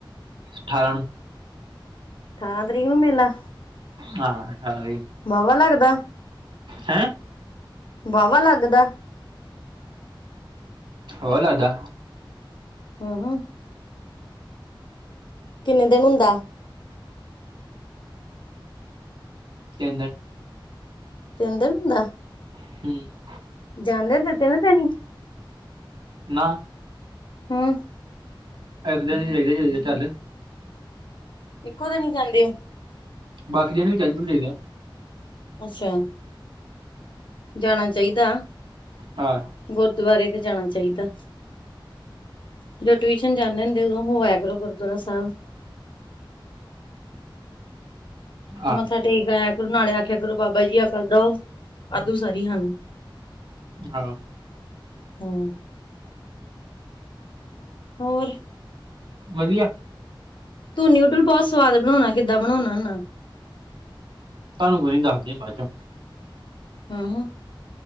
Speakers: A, on the right; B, on the left.
A: ਠਾਰਾਂ ਨੂੰ।
B: ਠਾਰਾਂ ਤਰੀਕ ਨੂੰ ਮੇਲਾ?
A: ਹਾਂ, ਠਾਰਾਂ ਈ।
B: ਵਾਵਾ ਲੱਗਦਾ।
A: ਹੈਂ?
B: ਵਾਵਾ ਲੱਗਦੈ?
A: ' <unintelligible> ' ਲੱਗਦਾ।
B: ਹਹ ਕਿੰਨੇ ਦਿਨ ਹੁੰਦੈ?
A: ਤਿੰਨ ਦਿਨ।
B: ਤਿੰਨ ਦਿਨ ਹੁੰਦੈ?
A: ਹਮ।
B: ਜਾਂਦੇ ਨੇ ਨਿਤ ਨਤੈਨੀ?
A: ਨਾ
B: ਹਮ।
A: ਐਕ ਦਿਨ ਈ ਜਾਈ ਦਾ ਜਦੇ ਦੇ ਚੱਲ
B: ਇੱਕੋ ਦਿਨ ਈ ਜਾਂਦੇ ਔ?
A: ਬਾਕੀ ਦਿਨ ਵੀ ਚੱਲ-ਚੁਲ ਜਾਈਦਾ।
B: ਅੱਛਾ। ਜਾਣਾ ਚਾਹੀਦਾ।
A: ਹਾਂ
B: ਗੁਰਦੁਵਾਰੇ ਤੇ ਜਾਣਾ ਚਾਹੀਦਾ। ਜਦੋਂ ਟਿਊਸ਼ਨ ਜਾਂਦੇ ਹੁੰਦੇ, ਉਦੋਂ ਹੋ ਆਇਆ ਕਰੋ ਗੁਰਦੁਆਰਾ ਸਾਹਿਬ।
A: ਆਹ
B: ਮੱਥਾ ਟੇਕ ਆਇਆ ਕਰੋ, ਨਾਲੇ ਆਖਿਆ ਕਰੋ, ਬਾਬਾ ਜੀ ਅਕਲ ਦੋ। ਵਾਧੂ ਸਾਰੀ ਹਾਂ ਨ
A: ਹਾਂ
B: ਹੂੰ ਹੋਰ
A: ਵਧੀਆ
B: ਤੂੰ ਨਿਊਡਲ ਬਹੁਤ ਸਵਾਦ ਬਣਾਉਣਾ ਕਿੱਦਾਂ ਬਣਾਉਣਾ ਹੁਨਾ
A: ਤੁਹਾਨੂੰ ਕੋਈ ਨੀ ਦੱਸਦੇ ਆ ਬਾਦ ਚੋਂ
B: ਹੂੰ